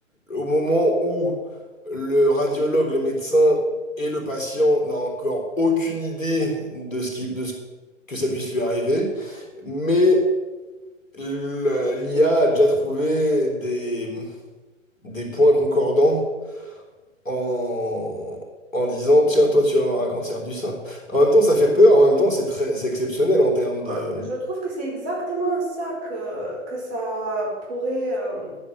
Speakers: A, on the left (about 80°); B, on the right (about 30°).
A: au moment où le radiologue, le médecin et le patient n'a encore aucune idée de ce qui, de ce que ça puisse lui arriver, mais le- l'IA a a déjà trouvé des, des points concordants en, en disant, tiens, toi, tu vas avoir un cancer du sein. En même temps, ça fait peur, en même temps, c'est très, c'est exceptionnel en termes de...
B: Euh, Je trouve que c'est exactement ça que, que ça pourrait euh,